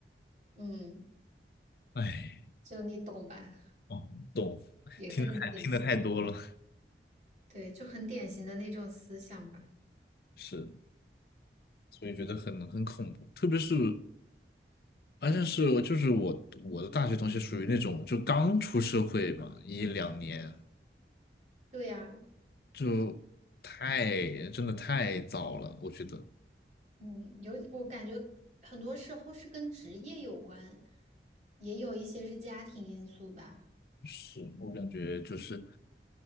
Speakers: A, on the right; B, on the left.
A: 嗯。
B: 哎，
A: 就你懂吧，
B: 哦，懂，
A: 也是很典型，
B: 听得太听得太多了，
A: 对，就很典型的那种思想吧。
B: 是，所以觉得很很恐怖，特别是。而且是我就是我我的大学同学属于那种就刚出社会嘛，一两年
A: 对呀，
B: 就太真的太早了，我觉得
A: 嗯，有，我感觉很多时候是跟职业有关，也有一些是家庭因素吧。
B: 是我感觉就是